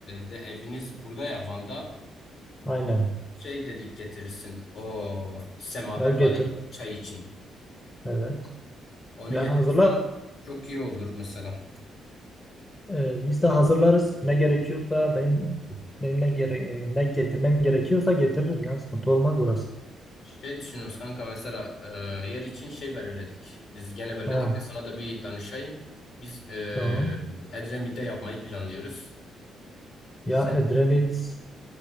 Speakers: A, on the left; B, on the left.
A: de eviniz burada ya Van'da.
B: Aynen.
A: Şey dedik getirirsin. O semaver
B: Ya getir.
A: var ya çay için.
B: Evet.
A: Onu
B: Ya
A: getirirsen
B: hazırlar.
A: çok iyi olur mesela.
B: e, liste hazırlarız. Ne gerekiyorsa benim benim ne gere ne getirmem gerekiyorsa getiririm ya. Sıkıntı olmaz orası.
A: Şey düşünüyoruz kanka mesela e, yer için şey belirledik. Biz gene belirledik
B: Ha,
A: de sana da bir danışayım. Biz e,
B: tamam.
A: Edremit'te yapmayı planlıyoruz. Sen
B: Ya Edremit